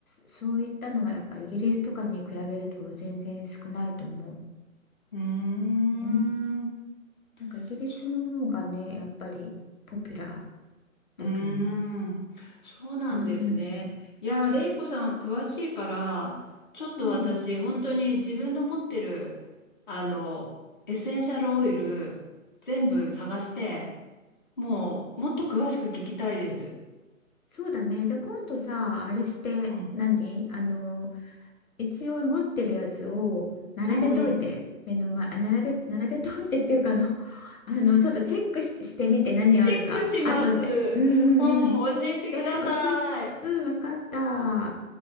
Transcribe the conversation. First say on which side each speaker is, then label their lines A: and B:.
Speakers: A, on the left (about 80°); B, on the left (about 35°).
A: そそういったのはやっぱイギリスとかに比べると全然少ないと思う。
B: うん。
A: うん
B: うーん、
A: なんかイギリスの方がね、
B: そ
A: やっぱりポピュラーだと思う。
B: う、うーん、そうなんですね。
A: うん。
B: いやー、
A: そう
B: レイコさん詳しいから、ちょっと私、
A: うん。
B: 本当に自分の持ってる、あの、エッセンシャルオイル、全部探して、もう、もっと詳しく聞きたいです。
A: そうだね。じゃあ今度さ、あれして何、
B: うん、
A: あの、一応持ってるやつを並べといて、
B: うん、うん。
A: 目の前、あ、並べ、並べといてっていうかあの、<laughs> あの、ちょっとチェックし、してみて何があるか、
B: チェックします。
A: 後で。
B: うん、
A: うんうんうん。
B: 教えてください。
A: そうして、教え、うん、わかった。